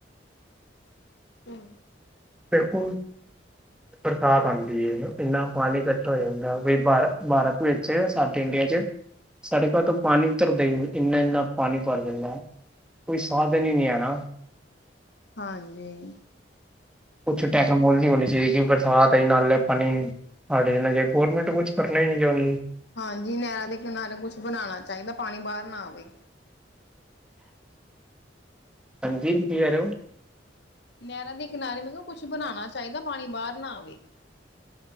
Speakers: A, on the left; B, in the centre.
A: ਤੁਮ
B: ਦੇਖੋ ਬਰਸਾਤ ਆਂਦੀ ਐ ਇੰਨਾ ਪਾਣੀ ਕੱਠਾ ਹੋ ਜਾਂਦਾ ਵੀ ਬਾਰ ਬਾਰਤ ਵਿੱਚ ਸਾਡੇ ਇੰਡੀਆ ਚ। ਸੜਕਾਂ ਤੋਂ ਪਾਨੀ ਉਤਰਦਾ ਈ ਨੀ ਇੰਨਾ-ਇੰਨਾ ਪਾਨੀ ਭਰ ਜਾਂਦਾ। ਕੋਈ ਸਾਧਨ ਈ ਨੀ ਆਨਾ।
A: ਹਾਂਜੀ।
B: ਕੁਛ ਟੈਕਨੋਲੋਜੀ ਹੋਨੀ ਚਾਈਦੀ ਕੇ ਬਰਸਾਤ ਆਈ ਨਾਲੇ ਪਾਨੀ ਆ ਦੇਖ਼ ਲੇ ਜੇ ਗੌਰਮਿੰਟ ਕੁਛ ਕਰਨਾ ਈ ਨੀ ਚੌਂਦੀ।
A: ਹਾਂਜੀ ਨੈਰਾਂ ਦੇ ਕਿਨਾਰੇ ਕੁਛ ਬਨਾਨਾ ਚਾਈਦਾ ਪਾਨੀ ਬਾਰ ਨਾ ਆਵੇ।
B: ਹਾਂਜੀ, ਕੀ ਕੈ ਰਏ ਓ?
A: ਨੈਰਾਂ ਦੇ ਕਿਨਾਰੇ ਮਤਲਬ ਕੁਛ ਬਨਾਨਾ ਚਾਈਦਾ ਪਾਨੀ ਬਾਰ ਨਾ ਆਵੇ।